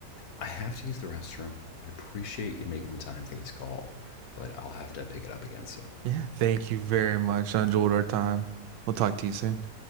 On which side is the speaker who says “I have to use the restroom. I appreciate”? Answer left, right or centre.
Left